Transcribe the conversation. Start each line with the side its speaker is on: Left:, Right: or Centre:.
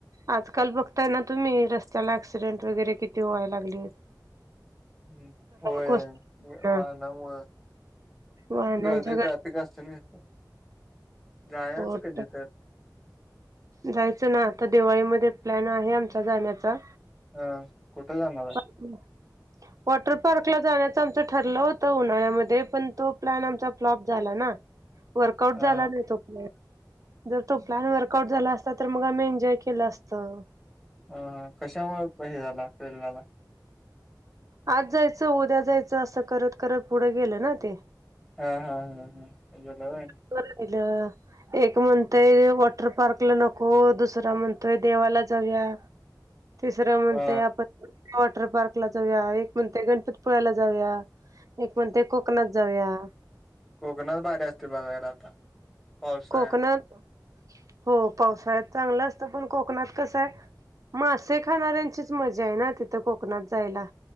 Right: आजकाल बघताय ना तुम्ही रस्त्याला ऍक्सिडेंट वगैरे किती व्हाय लागली.
Centre: हम्म होय
Right: कोसळून
Centre: वाहनामुं
Right: वाहनांच्या
Centre: गर्दी ट्रॅफिक असत ना जायचं
Right: गर्दी
Centre: कधी तर
Right: जायचं ना आता दिवाळीमध्ये प्लॅन आहे आमचा जाण्याचा
Centre: हह कुठे जाणारला
Right: <unintelligible> वॉटर पार्कला जाण्याचं आमचं ठरलं होतं उन्हाळ्यामध्ये पण तो प्लॅन आमचा फ्लॉप झाला ना. वर्कउट
Centre: हा
Right: झाला नाही तो प्लन जर तो प्लन व असत तर मग आम्ही एन्ॉय केलं असतं.
Centre: ह कशामु हे झाला फेल झाला.
Right: आज जायचं उद्या जायचं असं करत करत पुढं गेलं ना ते
Centre: हा हा हा हाजोला व
Right: <unintelligible> एक म्हणतोय वॉटर पार्कला नको दुसरा म्हणतोय देवाला जाऊया तिसरं म्हणतय
Centre: हा
Right: आपण वॉटर पार्क जाऊया एक म्हणते गणपतीपुळ्याला जाऊया एक म्हणते कोकणात जाऊया
Centre: कोकणात बाारी असते बघायला आता पावसाळ्यात
Right: कोकणात हो पावसाळ्यात चांगलं असतं पण कोकणात कसं आहे मासे खाणाऱ्यांचीच मजा आहे ना तिथं कोकणात जायला